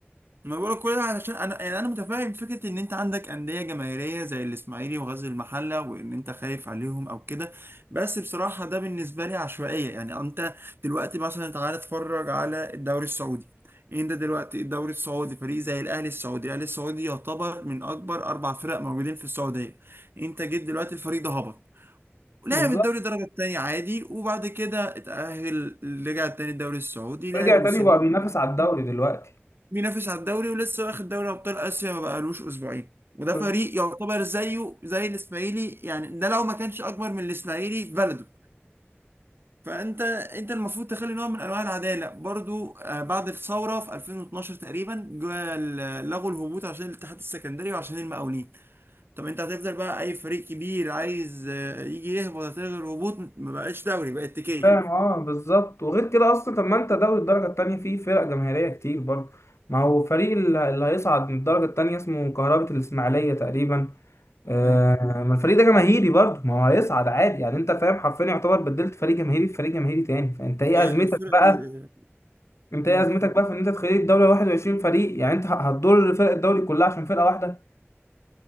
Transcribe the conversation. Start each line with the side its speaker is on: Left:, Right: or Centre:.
Right: ما بقولك كل ده علشان انا يعني انا متفاهم فكره ان انت عندك انديه جماهيريه زي الاسماعيلي وغزل المحله وان انت خايف عليهم او كده بس بصراحه ده بالنسبه لي عشوائيه يعني انت دلوقتي مثلا تعالى اتفرج على الدوري السعودي انت دلوقتي الدوري السعودي فريق زي الاهلي السعودي الاهلي السعودي يعتبر من اكبر اربع فرق موجودين في السعوديه انت جيت دلوقتي الفريق ده هبط لعب
Left: بالظبط
Right: الدوري الدرجة التانية عادي وبعد كده اتأهل رجع تاني الدوري السعودي لعب
Left: رجع
Right: موسمين
Left: تاني وبقى بينافس على الدوري دلوقتي
Right: بينافس على الدوري ولسه واخد دوري أبطال آسيا ما بقالوش أسبوعين وده
Left: بالظبط
Right: فريق يعتبر زيه زي الإسماعيلي يعني ده لو ما كانش أكبر من الإسماعيلي في بلده فأنت أنت المفروض تخلي نوع من أنواع العدالة برضو آه، بعد الثورة في 2012 تقريبا جا ال- لغوا الهبوط عشان الاتحاد السكندري وعشان المقاولين طب انت هتفضل بقى اي فريق كبير عايز آه، يجي يهبط هتلغي الهبوط ما بقاش دوري بقت تكيه
Left: فاهم اه بالظبط وغير كده اصلا طب ما انت دوري الدرجة التانية فيه فرق جماهيرية كتير برضه ما هو فريق اللي اللي هيصعد من الدرجة التانية اسمه كهربة الإسماعيلية تقريبا آه
Right: ايوه
Left: ما الفريق ده جماهيري برضه ما هو هيصعد عادي يعني انت فاهم حرفيا يعتبر بدلت فريق جماهيري في فريق جماهيري تاني فانت ايه
Right: آه،
Left: ازمتك
Right: الفرق
Left: بقى
Right: اللي
Left: انت ايه
Right: نقول
Left: ازمتك بقى في ان انت تخلي الدوري 21 فريق يعني انت هتضر فرق الدوري كلها عشان فرقه واحده